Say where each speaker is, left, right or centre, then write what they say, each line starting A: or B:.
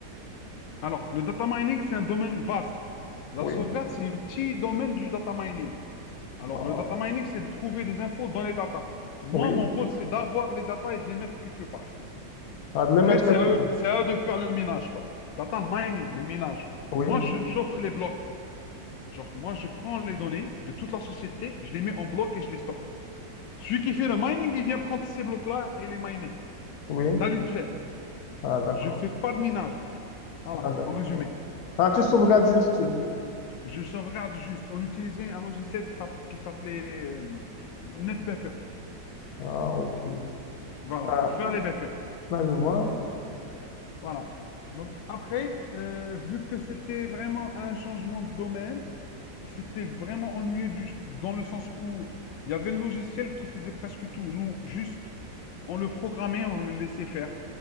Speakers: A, on the left (about 80°); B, on the left (about 60°).
A: Alors, le data mining, c'est un domaine vaste. La
B: Oui,
A: sauvegarde, c'est un petit domaine du data mining. Alors,
B: ah,
A: le data mining, c'est de trouver des infos dans les data. Moi,
B: oui,
A: mon rôle, c'est d'avoir les data et de les mettre quelque part.
B: ah, de
A: Après,
B: le mettre
A: c'est
B: quelque
A: à eux,
B: part.
A: c'est à eux de faire le minage, quoi. Data mining, le minage.
B: Oui,
A: Moi, je- j'offre les blocs. Genre, moi, je prends les données de toute la société, je les mets en bloc et je les stocke. Celui qui fait le mining, il vient prendre ces blocs-là et les miner.
B: oui,
A: C'est à lui de faire.
B: ah, d'accord,
A: Je fais pas de minage, moi. Voilà,
B: ah, d'accord.
A: en résumé.
B: Ah, tu sauvegardes juste.
A: Je sauvegarde juste. On utilisait un logiciel qui s'app- qui s'appelait euh, NetBackup.
B: Ah, ok.
A: Voilà,
B: Ah,
A: pour faire les backups.
B: là, je vois.
A: Voilà. Donc, après, euh, vu que c'était vraiment un changement de domaine, C'était vraiment ennuyeux du- dans le sens où il y avait le logiciel qui faisait presque tout. Nous, juste, on le programmait, on le laissait faire.